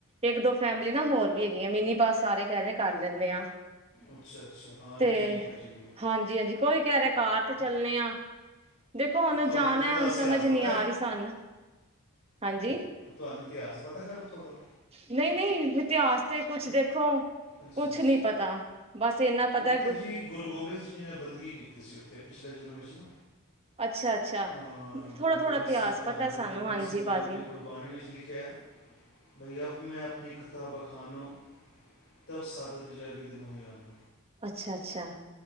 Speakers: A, on the right (about 25°); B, on the left (about 65°).
A: ਇੱਕ ਦੋ ਫੈਮਲੀ ਨਾ ਹੋਰ ਵੀ ਹੈਗੀ ਆ ਮੀਨੀ ਬੱਸ ਸਾਰੇ ਕਹਿ ਰਹੇ ਆ ਕਰ ਲੈਂਦੇ ਆ।
B: ਅੱਛਾ ਅੱਛਾ ਹਾਂ
A: ਤੇ
B: ਨਹੀਂ ਠੀਕ ਹੈ ਠੀਕ ਹੈ
A: ਹਾਂਜੀ- ਹਾਂਜੀ ਕੋਈ ਕਹਿ ਰਿਹਾ ਕਾਰ। ਚੱਲਣੇ ਆ ਦੇ ਕੌਣ
B: ਤੁਹਾਨੂੰ
A: ਜਾਣਾ
B: ਉੱਥੋਂ ਦਾ
A: ਹੁਣ
B: ਇਤਿਹਾਸ
A: ਸਮਝ
B: ਪਤਾ
A: ਨੀ ਆ
B: ਹੈ
A: ਰਹੀ ਸਨ ਹਾਂਜੀ
B: ਤੁਹਾਨੂੰ ਇਤਿਹਾਸ ਪਤਾ ਫਿਰ ਉੱਥੋਂ ਦਾ
A: ਨਹੀਂ ਨਹੀਂ ਜ ਸਤੇ ਕੁਛ ਦੇਖੋ
B: ਅੱਛਾ
A: ਕੁਛ
B: ਅੱਛਾ
A: ਨੀ ਪਤਾ ਬਸ ਇੰਨਾ ਪਤਾ
B: ਉੱਥੇ
A: ਗੁ
B: ਜੀ ਗੁਰੂ ਗੋਬਿੰਦ ਸਿੰਘ ਜੀ ਨੇ ਬੰਦਗੀ ਕੀਤੀ ਸੀ ਅਤੇ ਪਿਛਲੇ ਜਨਮ ਚ ਨਾ
A: ਅੱਛਾ ਅੱਛਾ
B: ਹਾਂ ਗੁਰੂ
A: ਥੋੜਾ
B: ਗੋਬਿੰਦ
A: ਥੋੜਾ ਇਤਿਹਾਸ
B: ਸਿੰਘ ਧੰਨ
A: ਪਤਾ
B: ਗੁਰੂ
A: ਸਾਨੂੰ
B: ਗੋਬਿੰਦ
A: ਹਾਂਜੀ
B: ਸਿੰਘ ਜੀ
A: ਭਾਜੀ
B: ਨੇ ਆਪਣੀ ਗੁਰਬਾਣੀ ਵਿੱਚ ਲਿਖਿਆ ਬਈ ਅਵ ਮੈਂ ਆਪਣੀ ਕਥਾ ਬਖਾਨੋ ਤਬ ਸਾਦਤ ਜੈ ਬਿਦ ਮੁਹਿਆਨ
A: ਅੱਛਾ ਅੱਛਾ